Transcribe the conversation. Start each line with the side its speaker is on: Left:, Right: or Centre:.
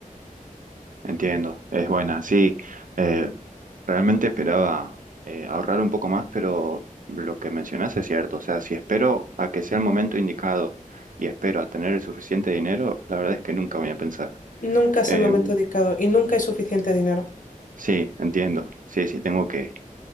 Right: entiendo. Es buena, sí. eh, realmente esperaba eh, ahorrar un poco más, pero lo que mencionas es cierto. O sea, si espero a que sea el momento indicado y espero a tener el suficiente dinero, la verdad es que nunca voy a pensar.
Left: Nunca es
Right: Em,
Left: el momento dedicado y nunca hay suficiente dinero.
Right: Sí, entiendo. Sí, sí, tengo que,